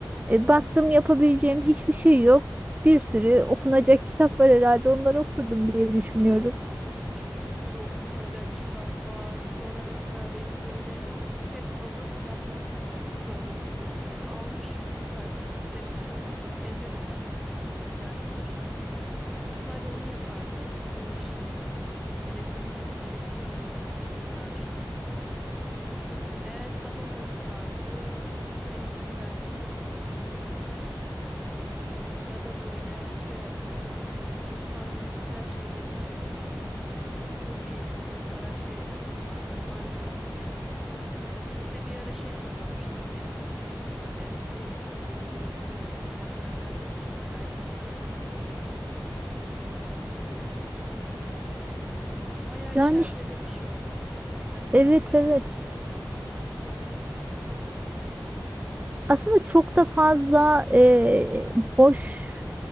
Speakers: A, on the right; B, in the centre.
A: E, baktım yapabileceğim hiçbir şey yok. Bir sürü okunacak kitap var herhalde onları okurdum diye düşünüyorum.
B: Değil mi ya? Birikmiş bir sürü okunacak kitap var. Sonra mesela benim böyle hep alıp yapmadığım bir sürü puzzle'ım var. Böyle almışım bin parçalık seti ama hiç ellememişim bile. Kutusunu bile açmamışım. Büyük ihtimalle onu yapardım mum ışığında. Elektrik elektriğin olmadığını düşünüyorum ve akşam olduğunu düşünürsem. Eğer sabah olsaydı senin gibi belki kitap okurdum. Ee, ya da böyle şey yapardım ya. Çok fazla mesela şeylerim var benim. Hobi e, araç gereçlerim var. Onlarla ilgilenirdim. Bir de bir ara şey toplamıştım denizden. Böyle deniz kabuğu, e, güzel taşlar toplamıştım. Belki onlardan kendime bileklik yapardım. Onu da bayağı erteledim. Bayağı
A: Yani
B: iş ertelemişim
A: ş-
B: aslında. Sosyal medyada
A: evet
B: vakit
A: evet.
B: geçirmektense onlar yapılabilir gerçekten.
A: Aslında çok da fazla e, boş